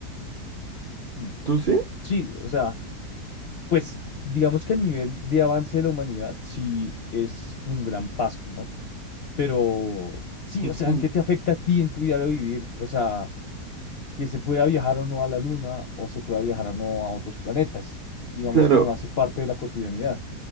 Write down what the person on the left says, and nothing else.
Mm.
Sí, o sea, pues digamos que a nivel de avance de la humanidad, sí es como un gran paso, ¿no? Pero sí,
o sea, ¿en qué te afecta a ti en tu diario vivir? O sea, que se pueda viajar o no a la luna o se pueda viajar o no a otros planetas. Digamos
que no hace parte de la cotidianidad.